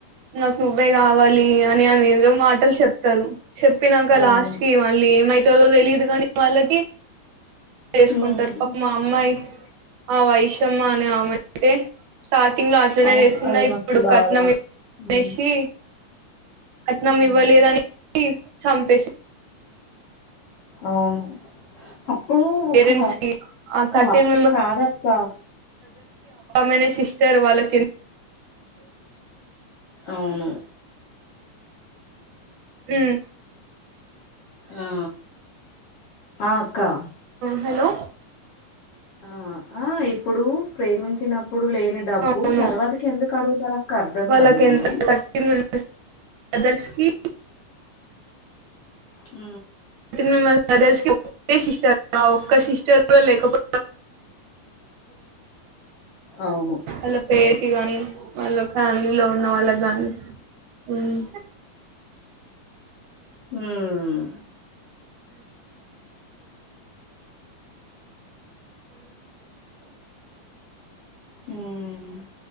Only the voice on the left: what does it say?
అవును
ఉమ్
అవును
అది
మస్తు బాధ
ఉమ్
ఉమ్,
అవును అప్పుడు ఒక
కా
కాదక్క
అవును
ఆ ఆ అక్కా
ఆ ఆ ఇప్పుడు ప్రేమించినప్పు ఎప్పుడు లేని డబ్బు
తర్వాతికి ఎందుకు అడుగుతారు అక్క అర్థం
కాదు వీళ్ళు
ఉ
అవును
హ ఉమ్ హ్మ్మ్